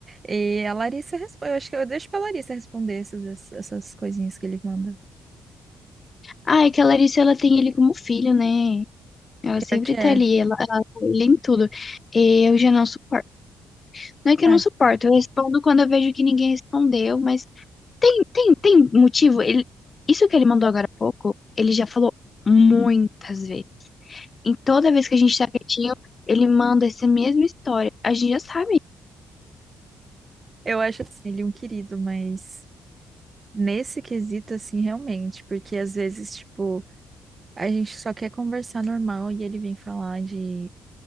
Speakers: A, on the right; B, on the left.
A: E a Larissa responde, eu acho que eu deixo pra Larissa responder essas, essas coisinhas que ele manda.
B: Ah, é que a Larissa, ela tem ele como filho, né? Ela
A: Pior
B: sempre
A: que
B: tá
A: é.
B: ali, ela, ela tá ali em tudo. E eu já não suporto. Não é que
A: Ai,
B: eu não suporto, eu respondo quando eu vejo que ninguém respondeu, mas tem, tem, tem motivo. Ele, isso que ele mandou agora há pouco, ele já falou muitas vezes. Em toda vez que a gente tá quietinho, ele manda essa mesma história. A gente já sabe.
A: eu acho assim, ele é um querido, mas. Nesse quesito, assim, realmente, porque às vezes, tipo, a gente só quer conversar normal e ele vem falar de